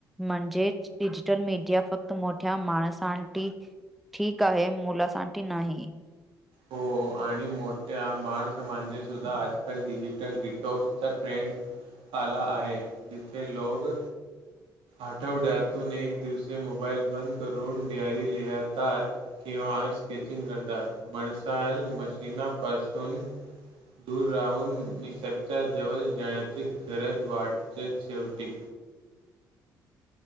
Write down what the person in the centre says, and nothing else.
म्हणजे डिजिटल मीडिया फक्त मोठ्या माणसां ठीक आहे मुलांसाठी नाही